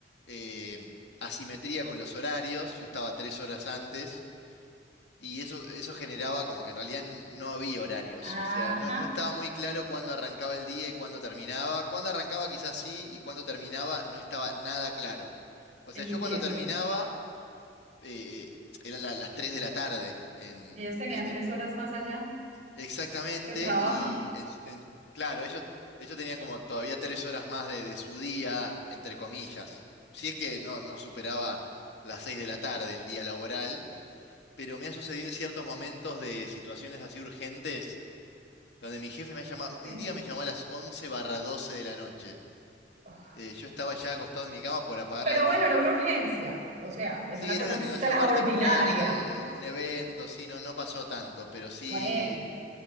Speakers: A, on the left (about 70°); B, on the right (about 45°).
A: eh, asimetría con los horarios. Yo estaba tres horas antes y eso, eso generaba como que en realidad no había horarios. O
B: Ajá.
A: sea, no, no estaba muy claro cuándo arrancaba el día y cuándo terminaba. Cuándo arrancaba quizás sí y cuándo terminaba no estaba nada claro. O sea,
B: entiendo.
A: yo cuando terminaba eh, eh, eran la- las tres de la tarde en
B: ¿Y ellos tenían
A: en
B: tres horas más allá
A: Exactamente,
B: de trabajo?
A: y en- en- claro, ellos, ellos tenían como todavía tres horas más de, de su día, entre comillas. Si es que no, no superaba las seis de la tarde el día laboral, pero me ha sucedido en ciertos momentos de situaciones así urgentes, donde mi jefe me ha llamado,
B: Sí.
A: un día me llamó a las 11 barra 12 de la noche.
B: Ah,
A: Eh, yo estaba ya acostado en mi cama por apagar
B: Pero
A: la luz.
B: bueno, era una urgencia. O sea, es
A: Sí,
B: una
A: era
B: cosa
A: una
B: extraordinaria.
A: situación particular de, de un evento, sí, no, no pasó tanto, pero sí.
B: Bueno.